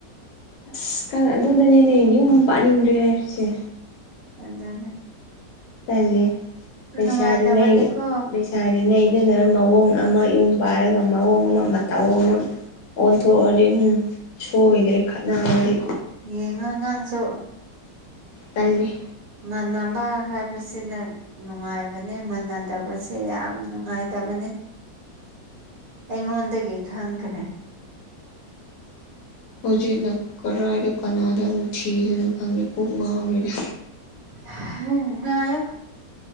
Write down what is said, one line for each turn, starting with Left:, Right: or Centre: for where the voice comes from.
Left: ꯑꯁ ꯑꯗꯨꯗꯅꯦꯅꯦ ꯌꯨꯝ ꯄꯥꯟꯅꯤꯡꯗ꯭ꯔꯦ ꯍꯥꯏꯔꯤꯁꯦ
Right: ꯑꯗꯨꯅꯤ <unintelligible>
Left: ꯇꯜꯂꯤ ꯂꯩꯁꯥꯔꯤꯉꯩ
Right: ꯅꯨꯡꯉꯥꯏꯇꯕꯅꯤꯀꯣ
Left: ꯂꯩꯁꯥꯔꯤꯉꯩꯗꯅ ꯃꯑꯣꯡ ꯑꯃ ꯌꯨꯝ ꯄꯥꯏꯔꯒ ꯃꯑꯣꯡ ꯑꯃ ꯃꯇꯧ ꯑꯃ ꯑꯣꯟꯊꯣꯛꯑꯗꯤ ꯎꯝ ꯁꯣꯏꯗ꯭ꯔꯦ
Right: ꯎꯝ
Left: ꯈꯠꯅꯕꯗꯤ
Right: ꯌꯦꯡꯉꯣ ꯅꯪꯁꯨ
Left: ꯇꯜꯂꯤ
Right: ꯃꯥꯟꯅꯕ ꯃꯁꯤꯅ ꯅꯨꯡꯉꯥꯏꯕꯅꯤ ꯃꯅꯗꯕꯁꯦ ꯌꯥꯝ ꯅꯨꯡꯉꯥꯏꯇꯕꯅꯤ ꯑꯩꯉꯣꯟꯗꯒꯤ ꯈꯪꯈ꯭ꯔꯦ
Left: ꯍꯧꯖꯤꯛꯅ ꯀꯔꯥꯏꯗ ꯀꯅꯥꯗ ꯑꯃꯨꯛ ꯊꯤꯗꯨꯏꯅꯣ ꯈꯪꯗꯦ ꯀꯣꯛ ꯉꯥꯎꯔꯦꯗ
Right: ꯍꯥꯍ ꯉꯥꯏꯑꯣ